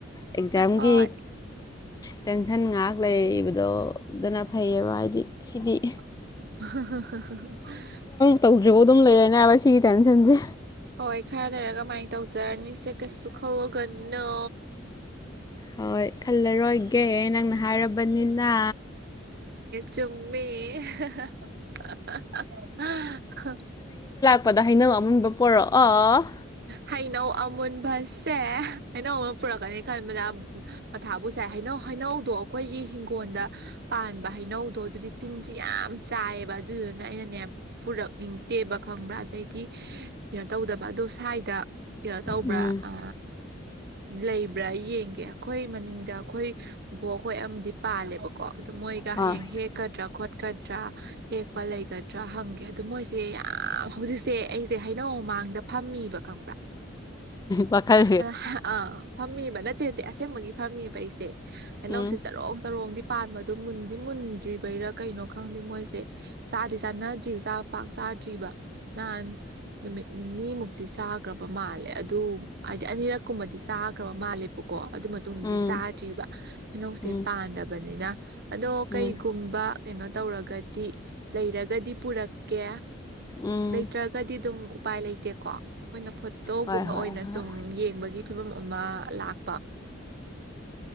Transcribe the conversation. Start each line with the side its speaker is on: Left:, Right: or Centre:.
Left: ꯑꯦꯛꯖꯥꯝꯒꯤ꯫
Right: ꯍꯣꯏ
Left: ꯇꯦꯟꯁꯟ ꯉꯥꯏꯍꯥꯛ ꯂꯩꯕꯗꯣ꯫ ꯑꯗꯨꯅ ꯐꯩꯌꯦꯕ ꯍꯥꯏꯗꯤ
Right: ꯑ꯫
Left: ꯁꯤꯗꯤ ꯇꯧꯗ꯭ꯔꯤꯕꯥꯎ ꯑꯗꯨꯝ ꯂꯩꯔꯦꯅꯦ ꯍꯥꯏꯕ ꯁꯤꯒꯤ ꯇꯦꯟꯁꯟꯁꯦ꯫
Right: ꯍꯣꯏ ꯈꯔ ꯂꯩꯔ ꯀꯃꯥꯏꯅ ꯇꯧꯖꯔꯅꯤꯁꯦ ꯀꯩꯁꯨ ꯈꯜꯂꯨꯒꯅꯨ꯫
Left: ꯍꯣꯏ ꯈꯜꯂꯔꯣꯏꯒꯦ ꯅꯪꯅ ꯍꯥꯏꯔꯕꯅꯤꯅ꯫
Right: ꯆꯨꯝꯃꯤ꯫ <unintelligible>
Left: ꯂꯄꯗ ꯍꯩꯅꯧ ꯑꯃꯨꯟꯕ ꯄꯣꯔꯛꯑꯣ꯫
Right: ꯍꯩꯅꯧ ꯑꯃꯨꯟꯕꯁꯦ ꯍꯩꯅꯧ ꯑꯃ ꯄꯨꯔꯛꯀꯅꯤ ꯈꯟꯕꯗ ꯃꯊꯥꯕꯨ ꯁꯥꯏ ꯍꯩꯅꯧ ꯍꯩꯅꯧꯗꯣ ꯑꯩꯈꯣꯏꯒꯤ ꯍꯤꯡꯒꯣꯜꯗ ꯄꯥꯟꯕ ꯍꯩꯅꯧꯗꯣ ꯑꯗꯨꯗꯤ ꯇꯤꯟꯁꯦ ꯌꯥꯝ ꯆꯥꯏꯌꯦꯕ ꯑꯗꯨꯗꯨꯅ ꯑꯩꯅꯅꯦ ꯄꯨꯔꯛꯅꯤꯡꯗꯦꯕ ꯈꯪꯕ꯭ꯔꯥ ꯑꯗꯩꯗꯤ ꯀꯩꯅꯣ ꯇꯧꯗꯕ ꯑꯗꯨꯗ꯫ ꯁ꯭ꯋꯥꯏꯗ꯫ ꯀꯩꯅꯣ ꯇꯧꯕ꯭ꯔꯥ
Left: ꯎꯝ
Right: ꯑ꯫ ꯂꯩꯕ꯭ꯔꯥ ꯌꯦꯡꯒꯦ ꯑꯩꯈꯣꯏ ꯃꯅꯤꯡꯗ ꯑꯩꯈꯣꯏ ꯕꯣꯛ ꯈꯣꯏꯗ ꯑꯃꯗꯤ ꯄꯥꯜꯂꯦꯕꯀꯣ꯫ ꯑꯗꯨ ꯃꯣꯏꯒ
Left: ꯑꯥ
Right: ꯍꯌꯦꯡ ꯍꯦꯛꯀꯗ꯭ꯔꯥ ꯈꯣꯠꯇ꯭ꯔꯥ ꯆꯠꯀꯗ꯭ꯔꯥ ꯍꯦꯛꯄ ꯂꯩꯒꯗ꯭ꯔꯥ ꯍꯪꯒꯦ ꯑꯗꯨ ꯃꯣꯏꯁꯦ ꯌꯥꯝ ꯍꯧꯖꯤꯛꯁꯦ ꯑꯩ꯫ ꯁꯦ ꯍꯩꯅꯧ ꯃꯥꯡꯗ ꯐꯝꯃꯤ꯫ ꯕꯔꯥ
Left: ꯋꯥꯈꯜ
Right: ꯑ ꯐꯝꯃꯤꯕ ꯅꯠꯇꯦ ꯅꯠꯇꯦ꯫ ꯑꯁꯦꯪꯕꯒꯤ ꯐꯝꯃꯤꯕꯥ ꯑꯩꯖ ꯍꯩꯅꯧꯁꯦ
Left: ꯎꯝ
Right: ꯆꯔꯣꯡ ꯆꯔꯣꯡꯗꯤ ꯄꯥꯟꯕꯗꯣ ꯃꯨꯟꯗꯤ ꯃꯨꯟꯗ꯭ꯔꯤꯕꯩꯔꯥ ꯀꯩꯅꯣ ꯈꯪꯗꯦ ꯃꯣꯏꯁꯦ ꯆꯥꯗꯤ ꯆꯥꯟꯅꯗ꯭ꯔꯤꯕ ꯆꯥꯕ ꯄꯥꯛ ꯆꯥꯗ꯭ꯔꯤꯕ ꯅꯍꯥꯟ ꯅꯨꯃꯤꯠ ꯅꯤꯅꯤꯃꯨꯛ ꯗꯤ ꯆꯥꯈ꯭ꯔꯕ ꯃꯥꯜꯂꯦ ꯑꯗꯨ ꯍꯥꯏꯗꯤ ꯑꯅꯤꯔꯛꯀꯨꯝꯕꯗꯤ ꯆꯥꯈ꯭ꯔꯕ ꯃꯥꯜꯂꯦꯕꯀꯣ ꯑꯗꯨ ꯃꯇꯨꯡꯗꯗꯤ
Left: ꯎꯝ
Right: ꯆꯥꯗ꯭ꯔꯤꯕ ꯀꯩꯅꯧꯁꯦ
Left: ꯎꯝ
Right: ꯄꯥꯟꯗꯕꯅꯤꯅ ꯑꯗꯣ ꯀꯩꯒꯨꯝꯕ
Left: ꯎꯝ
Right: ꯀꯩꯅꯣ ꯇꯧꯔꯒꯗꯤ ꯂꯩꯔꯒꯗꯤ ꯄꯨꯔꯛꯀꯦ
Left: ꯎꯝ
Right: ꯂꯩꯇ꯭ꯔꯒꯗꯤ ꯑꯗꯨꯝ ꯎꯄꯥꯏ ꯂꯩꯇꯦꯀꯣ ꯑꯩꯣꯏꯅ ꯐꯣꯇꯣꯒꯨꯝꯕ
Left: ꯍꯣꯏ ꯍꯣꯏ
Right: ꯑꯣꯏꯅ
Left: ꯍꯣꯏ
Right: ꯁꯨꯝ ꯌꯦꯡꯕꯒꯤ ꯐꯤꯕꯝ ꯑꯃ ꯑꯃ ꯂꯥꯛ